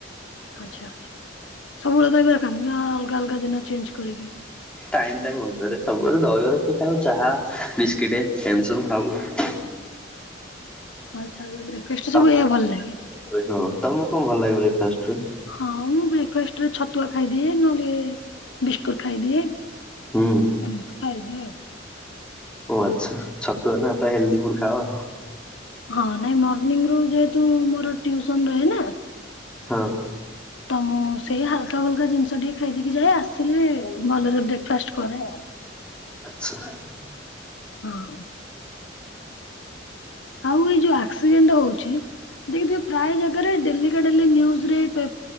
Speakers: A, on the left; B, in the centre.
A: ଆଛା ଆଛା ସବୁବେଳେ ଦହିବରା ଖାନ୍ତି ନା ଅଲଗା ଅଲଗା ଦିନ ଚେଞ୍ଜ କରିକି?
B: ଟାଇମ୍ ଟାଇମ୍ ଅନୁସାରେ ସବୁ ବେଳେ ଦହିବରା କିଏ ଖାଇବ ଚାହା ବିସ୍କେଟେ ଏମିତି ସବୁ ଖାଉ।
A: ଆଛା ବ୍ରେକଫାଷ୍ଟରେ
B: ତମକୁ
A: ସବୁ ଏଇୟା ଭଲ ଲାଗେ?
B: ହଁ ତମକୁ କଣ ଭଲ ଲାଗେ ବ୍ରେକଫାଷ୍ଟ୍ରରେ?
A: ହଁ ମୁଁ ବ୍ରେକଫାଷ୍ଟରେ ଛତୁଆ ଖାଇଦିଏ ନହେଲେ ବିସ୍କୁଟ୍ ଖାଇଦିଏ
B: ହୁଁ
A: ଏମିତି ଖାଇଦିଏ ଆଉ।
B: ଓ ଆଛା ଛତୁଆ ନା ପ୍ରାୟେ ହେଲ୍ଦି ଫୁଡ ଖାଅ।
A: ହଁ ନାଇ ମର୍ନିଂରୁ ଯେହେତୁ ମୋର ଟିଉସନ ରହେନା
B: ହଁ।
A: ତ ମୁଁ ସେଇ ହାଲକା ଫାଲକା ଜିନିଷ ଟିକେ ଖାଇ ଦେଇକି ଯାଏ ଆସିଲେ ଭଲରେ ବ୍ରେକଫାଷ୍ଟ କରେ ଆଉ
B: ଆଚ୍ଛା।
A: ହଁ ହଁ। ଆଉ ଏଇ ଯୋଉ ଆକ୍ସିଡେଣ୍ଟ ହଉଛି ଦେଖିଥିବେ ପ୍ରାୟ ଜାଗାରେ ଡେଲିକା ଡେଲି ନିଉଜରେ ପେ